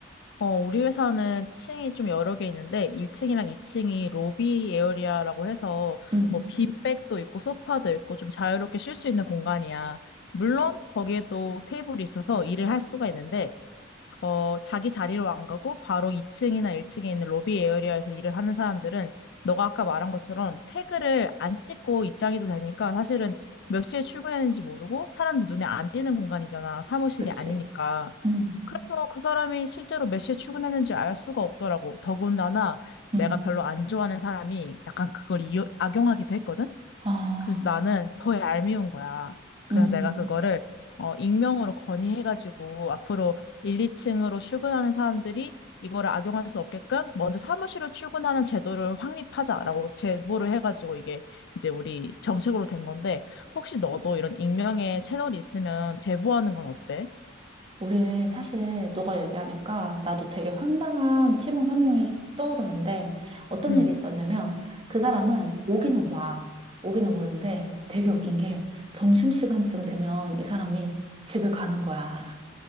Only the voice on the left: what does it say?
어, 우리 회사는 층이 좀 여러 개 있는데 1층이랑 2층이 로비 에어리아라고 해서
뭐 빈백도 있고 소파도 있고 좀 자유롭게 쉴 수 있는 공간이야. 물론 거기에도 테이블이 있어서 일을 할 수가 있는데 어, 자기 자리로 안 가고 바로 2층이나 1층에 있는 로비 에어리아에서 일을 하는 사람들은 너가 아까 말한 것처럼 태그를 안 찍고 입장해도 되니까 사실은 몇 시에 출근했는지 모르고 사람들 눈에 안 띄는 공간이잖아. 사무실이
아니니까.
그래서 그 사람이 실제로 몇 시에 출근했는지 알 수가 없더라고. 더군다나 내가
별로 안 좋아하는 사람이 약간 그걸 이용, 악용하기도 했거든?
그래서 나는 더 얄미운 거야. 그래서
내가
그거를 어, 익명으로 건의해가지고 앞으로 1, 2층으로 출근하는 사람들이 이거를 악용할 수 없게끔 먼저 사무실로 출근하는 제도를 확립하자라고 제보를 해가지고 이게 이제 우리 정책으로 된 건데 혹시 너도 이런 익명의 채널이 있으면 제보하는 건 어때?
응.